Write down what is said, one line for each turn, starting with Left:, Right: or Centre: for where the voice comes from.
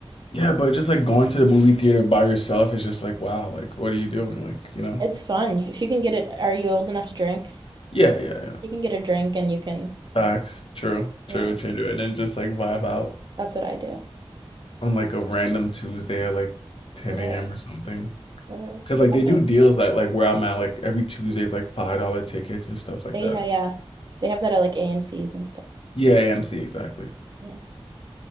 Left: Yeah, but just like going to the movie theater by yourself is just like, wow, like what are you doing? Like, you know?
Right: It's fun. If you can get it, are you old enough to drink?
Left: Yeah, yeah, yeah.
Right: You can get a drink and you can,
Left: Facts. True.
Right: yeah,
Left: True. True. And then just like vibe out
Right: that's what I do.
Left: on like a random Tuesday at like 10
Right: Literally,
Left: a.m. or something.
Right: literally.
Left: Because like
Right: That's
Left: they do
Right: what it's,
Left: deals like like where I'm at, like every Tuesday is like five dollar tickets and stuff like
Right: they,
Left: that.
Right: ha- yeah, they have that at like AMCs and stuff.
Left: Yeah, AMC exactly.
Right: Yeah.